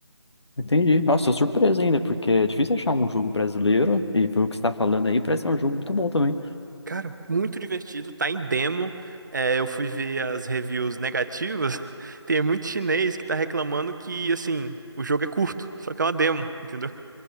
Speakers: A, on the left; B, on the right.
A: entendi. Nossa, tô surpreso ainda, porque é difícil achar um jogo brasileiro, e pelo que você tá falando aí, parece ser um jogo muito bom também.
B: Cara, muito divertido, tá em demo. É, eu fui ver as reviews negativas. <laughs> Tem muito chinês que tá reclamando que assim, o jogo é curto, só que é uma demo, entendeu?